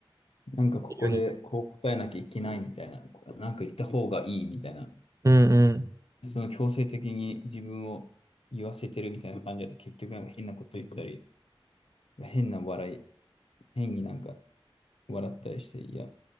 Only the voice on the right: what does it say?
より。
うん